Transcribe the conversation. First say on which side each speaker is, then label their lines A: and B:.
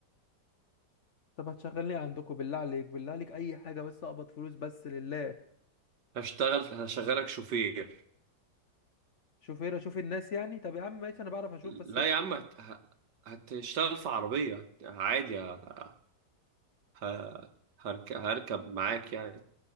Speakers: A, on the left (about 50°); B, on the right (about 75°).
A: طب هتشغلني عندكم بالله عليك بالله عليك اي حاجه بس اقبض فلوس بس لله
B: هشتغل هشغلك شوفير
A: شوف هنا شوف الناس يعني طب يا عم ماشي انا بعرف اشوف
B: لا
A: بس
B: يا عم هت... ه- هتشتغل في عربيه هت- عادي ه... ه- هرك... هركب معاك يعني